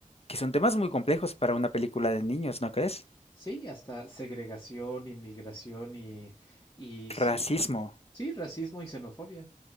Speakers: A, on the left (about 45°); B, on the left (about 20°).
A: que son temas muy complejos para una película de niños, ¿no crees?
B: Sí, hasta segregación, inmigración y y sí,
A: Racismo.
B: sí, racismo y xenofobia.